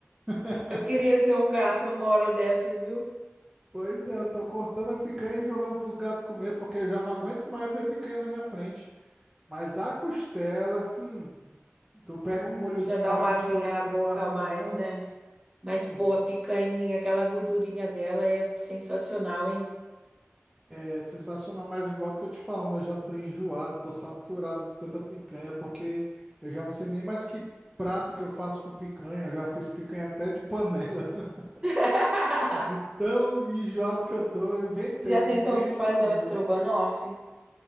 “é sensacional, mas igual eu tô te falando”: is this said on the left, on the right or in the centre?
Centre